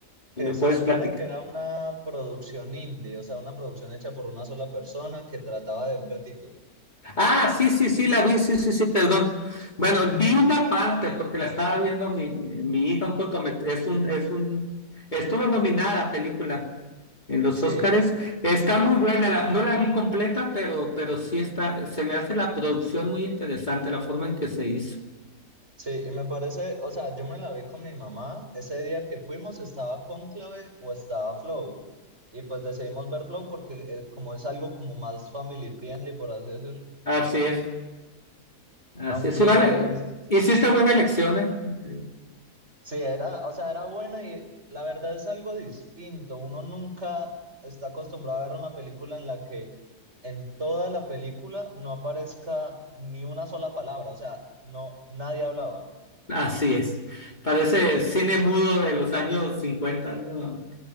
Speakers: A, on the right; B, on the left.
A: Que
B: y me
A: se
B: puedes
A: supone
B: platicar.
A: que era una producción indie, o sea, una producción hecha por una sola persona que trataba de un gatito.
B: Ah, sí, sí, sí, la vi, sí, sí, sí, perdón. Bueno, vi una parte porque la estaba viendo mi, mi hija, un cortomet- es un, es un, estuvo nominada película en los
A: Sí,
B: Óscares. Está muy buena, la- no la vi completa, pero, pero sí está, se me hace la producción muy interesante, la forma en que se hizo.
A: sí, y me parece, o sea, yo me la vi con mi mamá. Ese día que fuimos estaba Cónclave o estaba Flow. Y pues decidimos ver Flow porque eh, como es algo como más family friendly, por así decirlo.
B: Así es, así
A: Aunque
B: es. Sí, vale.
A: pues
B: Hiciste buena elección, ¿eh? Eh,
A: Sí, era, o sea, era buena y la verdad es algo distinto. Uno nunca está acostumbrado a ver una película en la que en toda la película no aparezca ni una sola palabra, o sea, no, nadie hablaba.
B: Así es. Parece cine mudo de los años cincuenta ¿no?